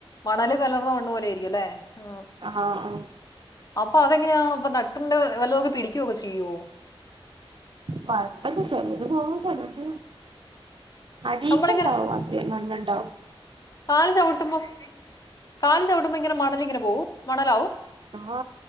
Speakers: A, on the left; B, on the right.
A: മണല് കലർന്ന മണ്ണ് പോലെയിരിക്കും അല്ലേ ആ
B: ആഹ ആ
A: അപ്പൊ അതെങ്ങനെയാ അപ്പ നട്ടിന്റെ വല്ലതൊക്കെ പിടിക്കൊയൊക്കെ ചെയ്യുവോ
B: കൊഴപ്പ് ഇല്ല്യ ചെലത് പോവും ചെലത് അടീക്ക്
A: നമ്മളിങ്ങനെ
B: ഇണ്ടാവും മണ്ണ്ണ്ടാവും
A: കാല് ചവിട്ടുമ്പോ കാല് ചവിട്ടുമ്പോ ഇങ്ങനെ മണലിങ്ങനെ പോവും മണലാവും
B: ആ